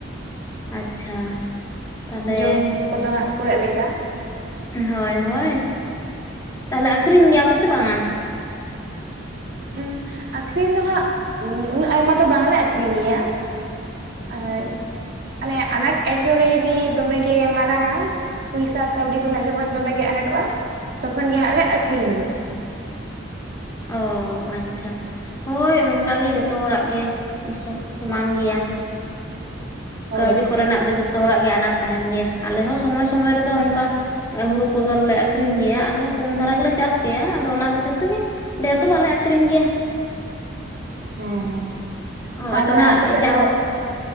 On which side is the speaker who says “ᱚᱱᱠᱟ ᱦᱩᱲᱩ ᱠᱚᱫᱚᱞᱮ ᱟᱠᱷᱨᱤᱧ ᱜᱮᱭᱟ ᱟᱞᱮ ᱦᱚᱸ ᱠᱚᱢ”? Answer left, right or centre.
Left